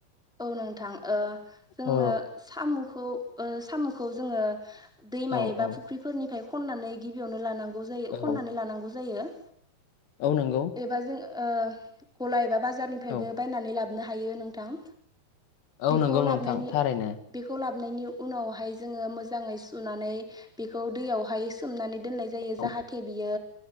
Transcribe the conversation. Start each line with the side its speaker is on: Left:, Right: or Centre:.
Centre: औ नोंथां जोंनो
Left: औ
Centre: साम'खौ साम'खौ जोङो दैमा
Left: औ
Centre: एबा
Left: औ
Centre: फुख्रिफोरनिफ्राय खन्नानै गिबियावनो लानांगौ जायो
Left: औ
Centre: खन्नानै लानांगौ जायो।
Left: औ नंगौ
Centre: एबा जों गला एबा बाजारनिफ्रायबो
Left: औ
Centre: बायनानै लाबोनो हायो नोंथां।
Left: औ
Centre: बेखौ
Left: नंगौ
Centre: लाबोनायनि
Left: नोंथां थारैनो
Centre: बेखौ लाबोननि उनावहाय जोङो मोजाङै सुनानै बेखौ दैयावहाय सो सोमनानै दोननाय जायो
Left: औ
Centre: जाहाथे बियो